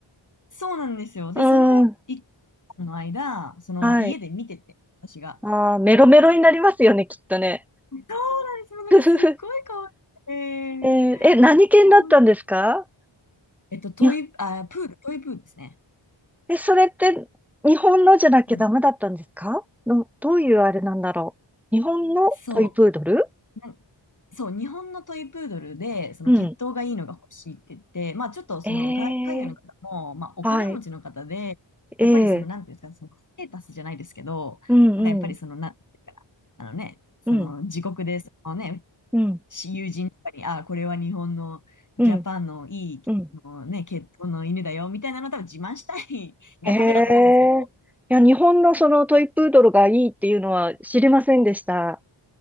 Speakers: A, on the left; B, in the centre.
A: そうなんですよ。で、
B: うん、
A: その1の間、その家で見てて、
B: はい。
A: 私が。
B: ああ、メロメロになりますよね、きっとね。
A: そうなんです。もうなんかすっごい可愛くて。
B: ふふふえーえ、何犬だったんですか
A: ほんえっと、トイ、
B: いや、
A: あ、プール、トイプールですね。
B: え、それって日本のじゃなきゃダメだったんですかど、
A: うん。
B: どういうあれなんだろう。日本のトイプードル
A: そう。なそう、日本のトイプードルで、その血統がいいのが欲しいって言って、
B: うん。
A: まあちょっとそのが海外の方も、
B: ええ
A: まあお金持ちの方で、
B: はい。
A: やっぱりその、
B: ええ
A: なんていうんですか、そのステータスじゃないですけど、
B: うんうん。
A: なんかやっぱりその、なんていうかな、あのね、その自国で、
B: うん。
A: そのね、
B: うん。
A: し友人とかに、ああ、これは日本のジャパンのいい、
B: うん。うん。
A: あのね、血統の犬だよ、みたいなの多分自慢したい <laughs> がためだと思うんですけど、
B: ええいや、日本のそのトイプードルがいいっていうのは知りませんでした。